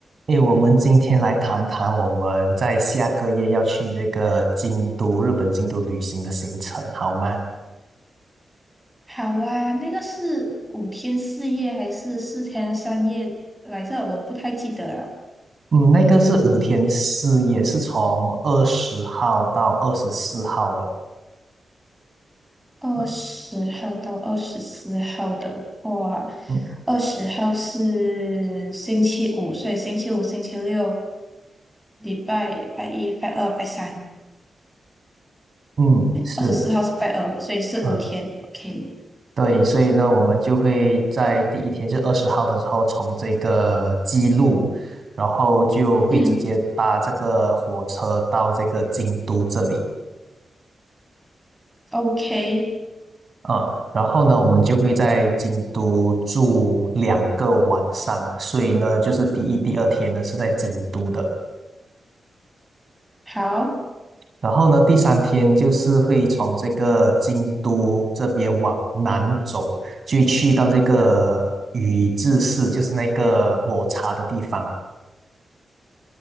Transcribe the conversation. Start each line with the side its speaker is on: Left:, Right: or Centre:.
Right: 诶，我们今天来谈谈我们在下个月要去这个京都，日本京都旅行的行程，好吗？
Centre: 好啊，那个是五天四夜还是四天三夜来着？我不太记得了。
Right: 嗯，那个是五天四夜，是从二十号到二十四号的。
Centre: 二十号到二十四号的话，
Right: 嗯嗯，
Centre: 二十号是星期五，所以星期五、星期六、礼拜拜一、拜二、拜三。
Right: 嗯是，
Centre: 二十四号是拜二，所以是五天。
Right: 嗯，
Centre: OK，
Right: 对，所以呢，我们就会在第一天，就二十号的时候，从这个姬路，然后就会直接搭这个火车到这个京都这里。
Centre: 嗯，OK，
Right: 啊，然后呢，我们就会在京都住两个晚上，所以呢，就是第一、第二天呢是在京都的，
Centre: 好。
Right: 然后呢，第三天就是会从这个京都这边往南走，就去到这个宇治市，就是那个抹茶的地方。